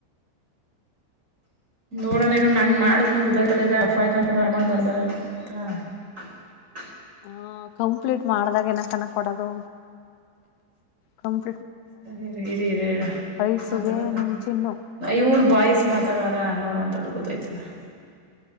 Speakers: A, on the right; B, on the left.
A: <unintelligible> ನೋಡೋಣ ಇ ನನ್ ಮಾಡ್ದ್ ನಂಗಗೆ ಗೊತ್ತಾಗತಲ್ಲ ಈಗ ಫೈ್ ಕ್ಬಿಡ್ರ ಅಮೌಂಟ್ ಬಂದ ಬರಲ್ತ್ತ <unintelligible>
B: ಆ ಕಂಪ್ಲೀಟ್ ಮಾಡಿದಾಗ ಏನನ ಕೊಡೋದು ಕಂಪ
A: ಸರಿ ಸರಿ ಇರಿ ಇ
B: ವಯಸ್ಸುಗೆ
A: ಆತ ಬ
B: ನಿಮ್ ಚಿನ್ನು
A: ಇವ್ರ ಬಾಯ್ಸ್ ಮಾತಾಡಾರ
B: ಹ್ಮ್
A: ನೋಡೋಂತ ಹಡುಗತೈತ <unintelligible>